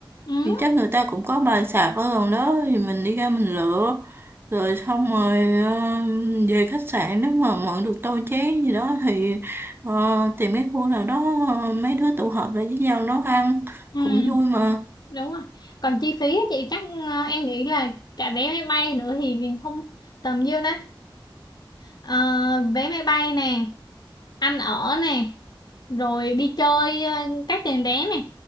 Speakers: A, on the left; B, on the right.
A: ừ,
B: thì chắc người ta cũng có bài sạp ở gần đó thì mình đi ra mình lựa rồi xong rồi ờ, về khách sạn nếu mà mượn được tô chén gì đó thì ờ, tìm cái khu nào đó ờ, mấy đứa tụ họp lại với nhau nấu ăn
A: ừ,
B: cũng vui mà
A: đúng rồi. Còn chi phí á chị chắc ờ, em nghĩ là cả vé máy bay nữa thì không tầm nhiêu đó. Ờ, vé máy bay nè, ăn ở nè, rồi đi chơi ờ, các tiền vé nè.